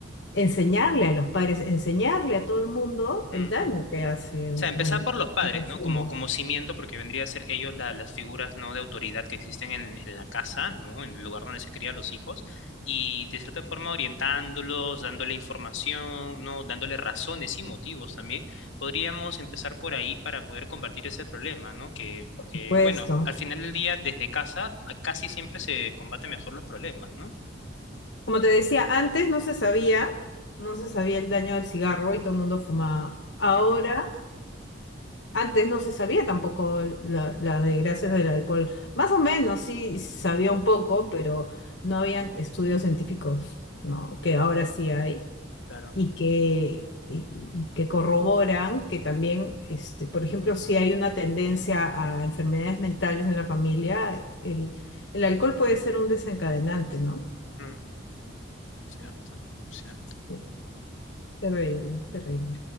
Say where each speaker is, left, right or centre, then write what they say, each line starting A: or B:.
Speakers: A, on the left; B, on the left.
A: enseñarle a los padres, enseñarle a todo el mundo
B: mm.
A: el daño que hace
B: O
A: un,
B: sea, empezar por los padres,
A: el consumo,
B: ¿no? Como, como cimiento, porque vendría a ser ellos la- las figuras, ¿no? De autoridad que existen en, en la casa, ¿no? En el lugar donde se crían los hijos. Y de cierta forma orientándolos, dándole información, ¿no? Dándole razones y motivos también. Podríamos empezar por ahí para poder combatir ese problema, ¿no? Que,
A: por
B: que,
A: supuesto.
B: bueno, al final del día, desde casa, a- casi siempre se combaten mejor los problemas, ¿no?
A: Como te decía, antes no se sabía, no se sabía el daño del cigarro y todo el mundo fumaba. Ahora
B: Ujú,
A: Antes no se sabía tampoco la- las desgracias del alcohol. Más o menos sí sabía un poco, pero no habían estudios científicos, ¿no? Que ahora sí hay
B: Claro.
A: y que, y- y que corroboran que también, este, por ejemplo, si hay una tendencia a enfermedades mentales en la familia, el, el alcohol puede ser un desencadenante, ¿no?
B: Mm, cierto, cierto.
A: Sí. Terrible, terrible.